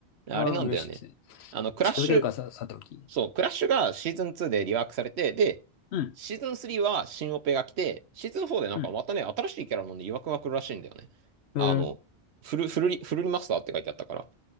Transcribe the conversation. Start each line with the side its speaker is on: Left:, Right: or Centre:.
Right: う。あれなんだよね。
Left: これは嬉しいですね。
Right: あの、クラッシュ、
Left: 近づけるかさ、さておき。
Right: そう、クラッシュがシーズン2でリワークされて、で、
Left: うん。
Right: シーズン3は新オペが来て、シーズン4でなんかまたね、
Left: うん。
Right: 新しいキャラのね、曰くが来るらしいんだよね。
Left: えー、
Right: あの、フル、フルリ、フルリマスターって書いてあったから。